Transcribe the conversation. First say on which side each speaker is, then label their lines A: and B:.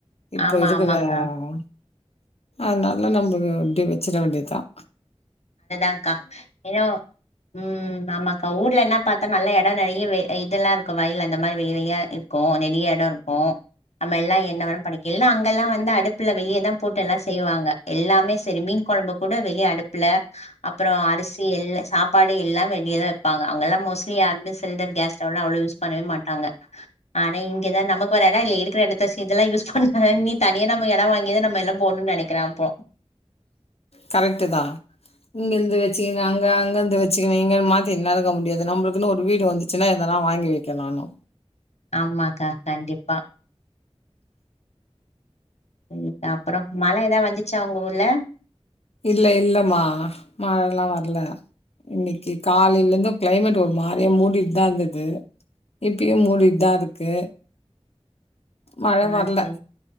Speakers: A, on the left (about 65°); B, on the left (about 85°).
A: இப்ப
B: ஆமா
A: இருக்குதாங்க
B: ஆமாக்கா
A: அதனால நம்ம இப்டி வச்சிற வேண்டியதான்
B: அக்கா என்னோ உம் ஆமாக்கா ஊர்லனா பாத்தா நல்லா இடம் நெறயவே இதல்லாம் இருக்கும் வயல் அந்த மாரி வெளி வெளியாக இருக்கும் நெறய எடோ இருக்கும் நம்ம எல்லாம் என்னவேன பண்ணிகல என்ன அங்கயெல்லாம் வந்து அடுப்புலா வெளியே தான் போட்டு எல்லாம் செய்வாங்க எல்லாமே செரி மீன் கெழம்பு பொட வெளிய அடுப் ப்புல அப்புறம் அரிசி எல் சாப்பாடு எல்லாம் வெளியதான் வைப்பாங்க அங்கல்லாம் மோஸ்லி யாருமே சிலிண்டர் கேஸ் ஸ்டவ்லாம் அவ்வளவு யூஸ் பண்ணவே மாட்டாங்க ஆனா இங்க தான் நமக்கு ஒரு இடம் இல் இருக்கிற இடத்த இதெல்லாம் யூஸ் பண்ண இனி தனியா நம்ம இடம் வாங்கியதான் நம்ம எல்லாம் போடனூம்னு நெனைக்குறேன் அப்போ
A: கரெக்ட்டு தான் இங்கயிருந்து வச்சுக்குணு அங்க அங்கயிருந்து வச்சுக்குணு அங்க மாத்தின்லா இருக்க முடியாது நம்மளுக்குனு ஒரு வீடு வந்துச்சுனா இதலாம் வாங்கி வைக்கணும்ணு
B: ஆமாக்கா கண்டிப்பா ம் அப்றோம் மழ ஏதாவது வந்துச்சா உங்க ஊர்ல
A: இல்ல இல்லமா மழல்லா வர்ல இன்னைக்கு காலையில இருந்தும் கிளைமேட் ஒரு மாரிய மூடிட்டுதான் இருந்தது இப்பையும் மூடிட்டுதான் இருக்கு மழ
B: ஆ
A: வர்ல
B: சரி